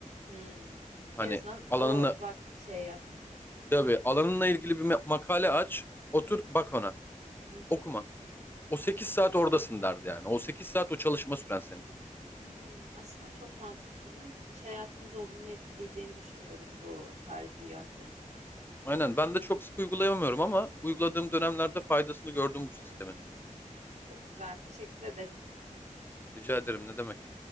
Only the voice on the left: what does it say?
Hani
alanına
tabii alanınla ilgili bir ma- makale aç, otur bak ona.
Okuma. O 8 saat oradasın derdi yani. O 8 saat o çalışma süren senin.
Aynen ben de çok sık uygulayamıyorum ama uyguladığım dönemlerde faydasını gördüm bu sistemin.
Rica ederim ne demek.